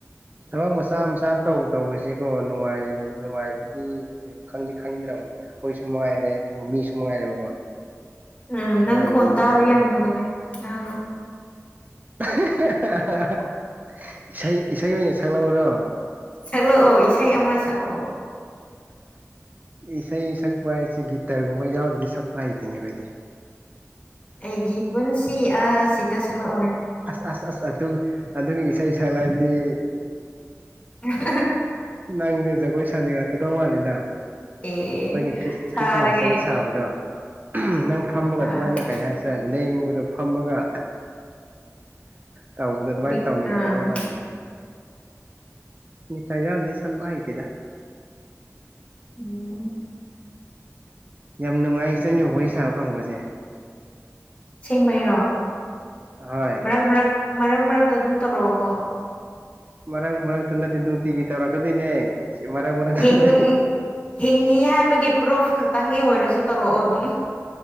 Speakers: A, on the right (about 30°); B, on the left (about 25°).
A: ꯊꯕꯛ ꯃꯆꯥ ꯃꯆꯥ ꯇꯧ ꯇꯧꯕꯁꯤꯀꯣꯅꯨꯡꯉꯥꯏ ꯅꯨꯡꯉꯥꯏꯕꯗꯤ ꯀꯣ ꯈꯪꯗꯤ ꯈꯪꯗ꯭ꯔꯕꯅꯦ ꯑꯩꯈꯣꯏꯁꯨ ꯃꯉꯥꯏꯔꯦ ꯑꯣ ꯃꯤꯁꯨ ꯃꯉꯥꯏꯔꯦꯕꯀꯣ
B: ꯎꯝ
A: ꯑꯗꯨꯃꯥꯏꯅꯗꯤ
B: ꯅꯪ ꯈꯣꯟ ꯇꯥꯕ
A: ꯂꯣꯏ
B: ꯌꯥꯝ ꯅꯨꯡꯉꯥꯏ ꯑꯉ
A: <unintelligible> ꯏꯁꯩ ꯏꯁꯩꯒꯤ ꯑꯣꯏꯅ ꯁꯛꯂꯛꯎꯔꯣ
B: ꯍꯦꯜꯂꯣ ꯑꯣꯏ ꯏꯁꯩ ꯑꯃꯥ ꯁꯛꯑꯣ
A: ꯏꯁꯩ ꯁꯛꯄ ꯍꯥꯏꯁꯦ ꯒꯤꯇꯔꯒꯨꯝꯕ ꯌꯥꯎꯕꯗꯗꯤ ꯁꯛꯄ ꯍꯩꯇꯅꯦ ꯑꯩꯈꯣꯏꯗꯤ
B: ꯑꯩꯒꯤ ꯄꯨꯟꯁꯤ ꯑꯁꯤꯗ ꯁꯠꯂꯛꯑꯣꯅꯦ
A: ꯑꯁ ꯑꯁ ꯑꯁ ꯑꯗꯨ ꯏꯁꯩ ꯁꯛꯂꯗꯤ
B: ꯑꯥ
A: ꯅꯪꯗꯤ ꯖꯒꯣꯏ ꯁꯥꯅꯤꯡꯔꯛꯀꯗꯧ ꯃꯥꯜꯂꯤꯗ
B: ꯑꯦ
A: ꯑꯩꯈꯣꯏꯒꯤ
B: ꯁꯥꯔꯒꯦ
A: ꯈ꯭ꯔꯤꯁꯃꯥꯁ ꯆꯍꯤ ꯁꯥꯕꯗꯣ ꯑꯍꯝ ꯅ ꯐꯝꯃꯒ
B: ꯁꯥꯔꯒꯦ
A: ꯑꯗꯨꯃꯥꯏꯅ ꯀꯩ ꯍꯥꯏꯁꯔꯦ ꯂꯦꯡꯕꯗꯣ ꯐꯝꯃꯒ ꯇꯧꯕꯗꯣ ꯑꯗꯨꯃꯥꯏꯅ
B: ꯂꯤꯛ
A: ꯇꯧꯅꯤꯡꯉꯛꯀꯗꯧ
B: ꯑꯥ
A: ꯃꯥꯜꯂꯤꯅ ꯒꯤ ꯇꯖꯔꯗꯤ ꯁ ꯄꯥꯥꯏꯇꯤꯗ
B: ꯎꯝ
A: ꯌꯥꯝ ꯅꯨꯡꯉꯥꯏ ꯆꯪꯉꯦ ꯋꯥꯔꯤ ꯁꯥ ꯐꯪꯕꯁꯦ
B: ꯁꯦꯡꯕꯩꯔꯣ
A: ꯍꯣꯏ
B: ꯃꯔꯛ ꯃꯔꯛ ꯃꯔꯛ ꯃꯔꯛ ꯑꯗꯨꯝ ꯇꯧꯔꯑꯣꯀꯣ
A: ꯃꯔꯥꯡ ꯃꯔꯥꯡ ꯅꯠꯇ ꯅꯨꯡꯇꯤꯒꯤ ꯇꯧꯔꯛꯀꯗꯣꯏꯅꯦ ꯁꯤ ꯃꯔꯛ ꯃꯔꯛꯇꯗꯤ
B: ꯍꯤꯡ ꯍꯤꯡꯉꯤ ꯍꯥꯏꯕꯒꯤ ꯄ꯭ꯔꯨꯐ ꯈꯛꯇꯪꯒꯤ ꯑꯣꯏꯔꯁꯨ ꯇꯧꯔꯛꯑꯣ ꯑꯗꯨꯝ